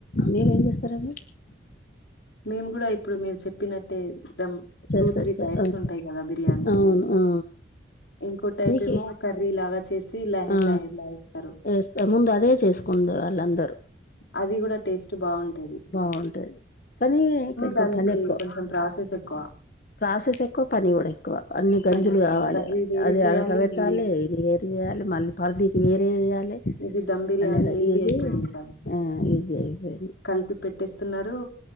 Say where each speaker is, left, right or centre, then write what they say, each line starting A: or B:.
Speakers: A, on the left; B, on the left.
A: మీరేం చేస్తారండి
B: మేము కూడా ఇప్పుడు మీరు చెప్పినట్టే చేద్దాం
A: చేసుకోవచ్చు
B: టూ త్రీ టైప్స్
A: ఆ
B: ఉంటాయి కదా బిర్యానీ
A: అవును ఆ
B: ఇంకో టైప్
A: మీకి
B: ఏమో కర్రీ లా చేసి లహర్
A: ఆ
B: లహర్ లాగా చేస్తారు
A: వేస్తా ముందు అదే చేసుకుండే వాళ్ళందరూ
B: అది కూడా టేస్ట్ బాగుంటది
A: బాగుంటుంది కానీ కొంచెం
B: దానికి
A: పని ఎక్కువ
B: కొంచెం ప్రాసెస్ ఎక్కువ.
A: ప్రాసెస్ ఎక్కువ పని కూడా ఎక్కువ అన్ని గంజులు
B: పని ఎక్కువ.
A: కావాలి
B: కర్రీ వేరే
A: అది
B: చేయాలి
A: అడగబెట్టాలి
B: మళ్ళీ
A: ఇది వేరు చేయాలి మళీ పరిధీకి వేరే వెయ్యాలే
B: ఇది దమ్ బిర్యానీ
A: అనేది
B: ఈజీ
A: ఏది
B: అయిపోయింది కదా!
A: ఆ ఇజీ అయిపోంది
B: కలిపి పెట్టేస్తున్నారు